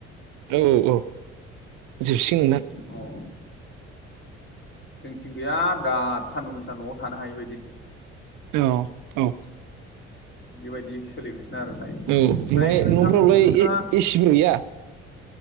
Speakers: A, on the right; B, on the left.
A: औ औ औ जोबसिगोन नोंथां
B: औ जोंथिं गैया दा सान्दुं गोसा न'आव थानो हायि बायदि।
A: औ औ
B: बेबायदि सोलिगासिनो आरो दायो
A: औ
B: ओमफ्राय नोंथां
A: न'फोरावलाय
B: नोंथाङा
A: <unintelligible>